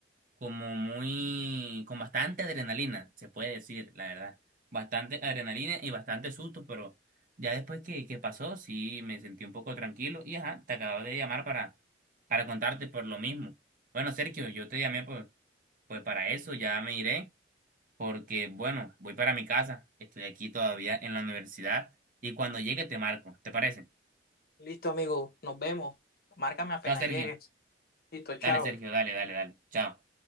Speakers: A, on the right (about 45°); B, on the left (about 50°).
A: como muy, con bastante adrenalina, se puede decir, la verdad. Bastante adrenalina y bastante susto, pero ya después que, que pasó, sí me sentí un poco tranquilo y ajá, te acabo de llamar para, para contarte por lo mismo. Bueno, Sergio, yo te llamé por, pues para eso, ya me iré, porque bueno, voy para mi casa, estoy aquí todavía en la universidad y cuando llegue te marco, ¿te parece?
B: Listo, amigo, nos vemos. Márcame apenas
A: Chao, Sergio.
B: llegues. Listo, chao.
A: Dale, Sergio, dale, dale, dale. Chao.